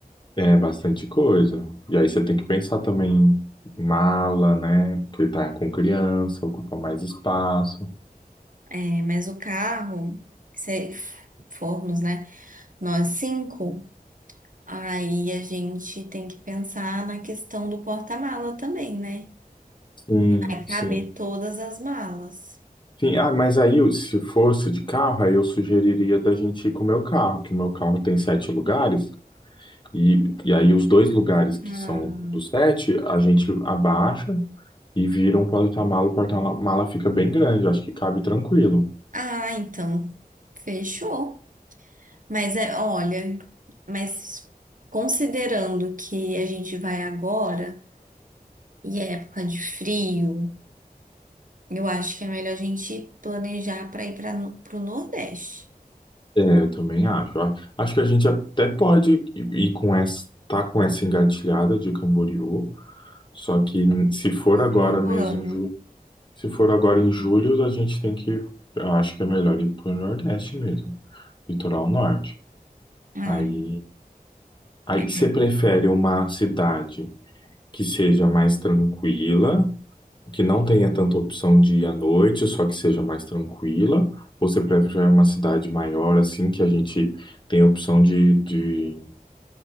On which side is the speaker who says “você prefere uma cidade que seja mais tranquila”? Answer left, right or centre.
Left